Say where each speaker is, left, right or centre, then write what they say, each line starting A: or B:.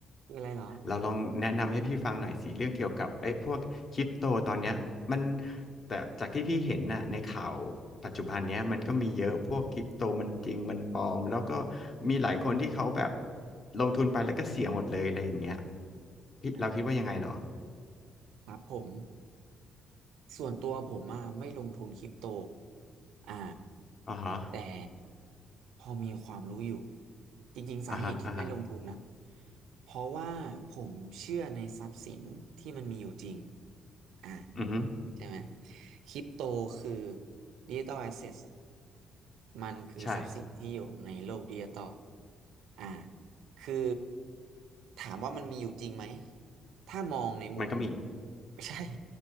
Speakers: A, on the right; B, on the left.
A: คืออะไรเหรอ
B: เราลองแนะนำให้พี่ฟังหน่อยสิเรื่องเกี่ยวกับไอ้พวกคริปโตตอนเนี้ยมันแต่จากที่พี่เห็นน่ะในข่าวปัจจุบันเนี้ยมันก็มีเยอะพวกคริปโตมันจริงมันปลอมแล้วก็มีหลายคนที่เขาแบบลงทุนไปแล้วก็เสียหมดเลยอะไรอย่างเงี้ยพี่เราคิดว่ายังไงเหรอ
A: อ่าครับผม ส่วนตัวผมอ่ะไม่ลงทุนคริปโตอ่า
B: อ่าฮะ
A: แต่พอมีความรู้อยู่ จริงๆสาเหตุที่ไม่ลงทุนนะ
B: อ่าฮะอ่าฮะ
A: เพราะว่าผมเชื่อในทรัพย์สินที่มันมีอยู่จริงอ่า
B: อือฮึ
A: ใช่ไหมคริปโตคือดิจิตอลแอสเซทมันคือทรัพย์สินที่อยู่ในโลกดิจิตอล
B: ใช่
A: อ่าคือถามว่ามันมีอยู่จริงไหมถ้ามองในมุม
B: มันก็มี
A: ไม่ใช่